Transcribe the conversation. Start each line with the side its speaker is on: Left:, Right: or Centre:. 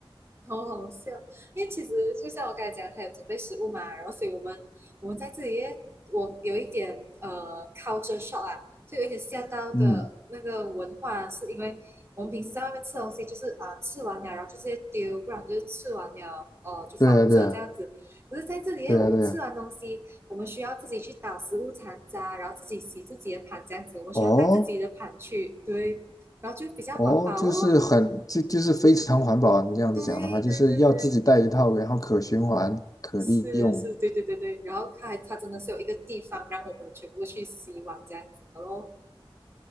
Right: 好好笑，因为其实就像我刚才讲，他有准备食物嘛，然后所以我们我们在这里耶，我有一点呃 culture shock 啊，就有一点吓到的那个文化，
Left: 嗯，
Right: 是因为我们平时在外面吃东西，就是啊、吃完了，然后就直接丢，不然就是吃完了呃就放这这样子。
Left: 对啊，对啊，
Right: 可是在这里耶，
Left: 对啊，
Right: 我们吃完东西，
Left: 对啊。
Right: 我们需要自己去打食物残渣，然后自己洗自己的盘这样子，我们需要带自己的盘去，
Left: 哦，
Right: 对，然后就比较环保哦，
Left: 哦，就是很，就就是非常环保啊。你这样子讲的话，
Right: 对对对对。
Left: 就是要自己带一套，然后可循环、可利用，
Right: 是是，对对对对，然后它还它真的是有一个地方让我们全部去洗碗这样子的咯。